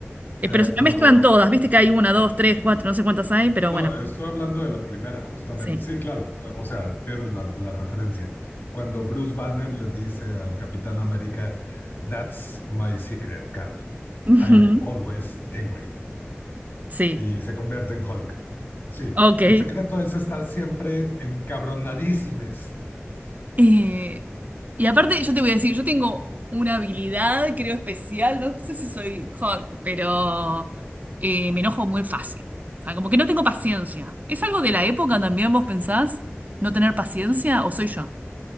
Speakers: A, on the right (about 40°); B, on the left (about 55°).
A: Eh,
B: Eh,
A: pero se me
B: cuando
A: mezclan todas, viste que hay una, dos, tres, cuatro, no sé cuántas hay, pero
B: no,
A: bueno,
B: estoy hablando de la primera, justamente.
A: sí.
B: Sí, claro. eh, o sea, tienes la, la referencia. Cuando Bruce Banner le dice al Capitán América, That's my secret, Cap.
A: <laughs> Ujú.
B: I'm always angry.
A: Sí,
B: y se convierte en Hulk. Sí,
A: ok.
B: el secreto es estar siempre encabronadísimes.
A: Eh, y aparte, yo te voy a decir, yo tengo una habilidad, creo, especial, no sé si soy Hulk, pero eh, me enojo muy fácil. O sea, como que no tengo paciencia. ¿Es algo de la época también, vos pensás? ¿No tener paciencia? ¿O soy yo?